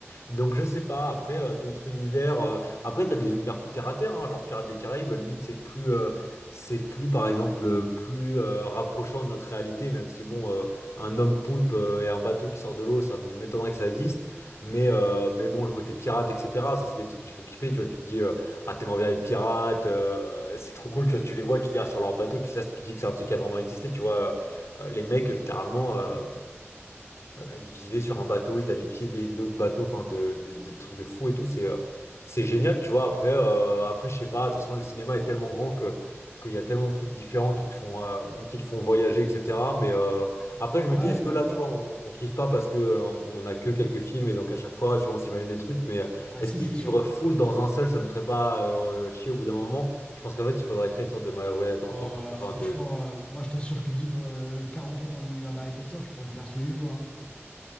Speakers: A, on the left (about 80°); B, on the left (about 25°).
A: Donc je sais pas, après euh, d'autres univers, euh, après t'as des univers plus terre à terre, hein, genre Pirates des Caraïbes, limite c'est plus, euh, c'est plus par exemple euh, plus euh, rapprochant de notre réalité, même si bon, euh, un homme poulpe euh, et un bateau qui sort de l'eau, ça m'étonnerait que ça existe, mais, euh, mais bon, le côté pirate, etc., ça c'est des trucs qui font kiffer, tu vois, tu te dis, euh, ah t'aimerais bien être pirate, euh, c'est trop cool, tu vois, tu les vois, tu te dis, ah, sur leur bateau, puis ça, tu te dis que c'est un truc qui a vraiment existé, tu vois, euh, les mecs littéralement. euh, euh, ils vivaient sur un bateau, ils allaient piéder d'autres bateaux, enfin de, de- de trucs de fous et tout. C'est euh, c'est génial, tu vois. Après, euh, après, je sais pas. De toute façon, le cinéma est tellement grand que qu'il y a tellement de trucs différents qui te font euh, qui te font voyager, etc. Mais euh, après, je
B: Ouais,
A: me dis, est-ce
B: il y en
A: que
B: a
A: là,
B: plein.
A: tu vois, on, on kiffe pas parce que euh, on a que quelques films et donc à chaque fois, tu vois, on s'imagine des trucs. Mais euh,
B: Ah
A: est-ce
B: si,
A: qu'ils
B: c'est
A: vivre
B: sûr.
A: full dans un seul, ça nous ferait pas euh, chier au bout d'un moment? Je pense qu'en fait, il faudrait créer une sorte de voyage dans
B: Euh,
A: le temps qui peut,
B: franchement,
A: enfin, de, de-
B: euh, moi je t'assure que vivre euh, 40 ans dans l'univers d'Harry Potter, je pourrais le faire tous les jours. hein.